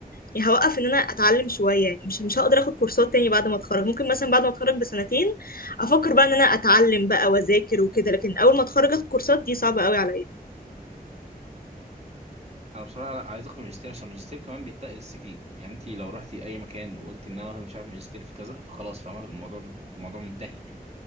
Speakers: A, on the left; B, on the right.
A: يعني هوقف ان انا اتعلم شويه يعني مش مش هقدر اخد كورسات تاني بعد ما اتخرج ممكن مثلا بعد ما اتخرج بسنتين افكر بقى ان انا اتعلم بقى واذاكر وكده لكن اول ما اتخرج اخد كورسات دي صعبه قوي عليا
B: انا بصراحه لا عايز اخد ماجستير عشان الماجستير كمان بيتقل السي في يعني انت لو رحتي اي مكان وقلتي ان انا واخد مش عارف ماجستير في كذا فخلاص فاهمه الموضوع الموضوع منتهي